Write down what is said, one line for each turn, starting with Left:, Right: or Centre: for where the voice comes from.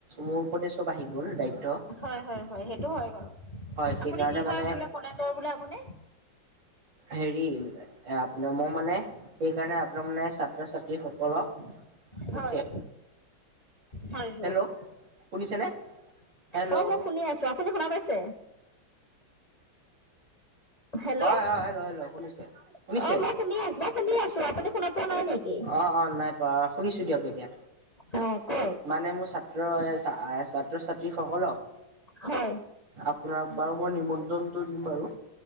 Right: মোৰ ওপৰতে চব আহি গ'ল দায়িত্ব।
Left: হয়ঁ হয়ঁ হয়ঁ সেইটো হয় বাৰু
Right: হয় সেইকাৰণে
Left: আপুনি কি
Right: মানে
Left: হয় বোলে কলেজৰ বোলে আপুনি
Right: হেৰি আপোনাৰ মই মানে সেইকাৰণে আপোনাৰ মানে ছাত্ৰ ছাত্ৰীসকলক পঠিয়াই
Left: হয়ঁ! হয়ঁ
Right: হেল্ল' শুনিছেনে হেল্ল'
Left: অ মই শুনি আছো আপুনি শুনা পাইছে হেল্লৌ!
Right: হয় হয় হেল্ল' হেল্ল' শুনিছে
Left: '
Right: শুনিছে
Left: অঁ মই শুনি আছো মই শুনি আছো আপুনি শুনা পোৱা নাই নেকি?
Right: অঁ অঁ নাই পোৱা শুনিছো দিয়ক এতিয়া।
Left: অ কওক
Right: মানে মোৰ ছাত্ৰ এ ছাত্ৰ ছাত্ৰী সকলক
Left: হয়
Right: আপোনাক বাৰু মই নিমন্ত্ৰণটো দিম বাৰু।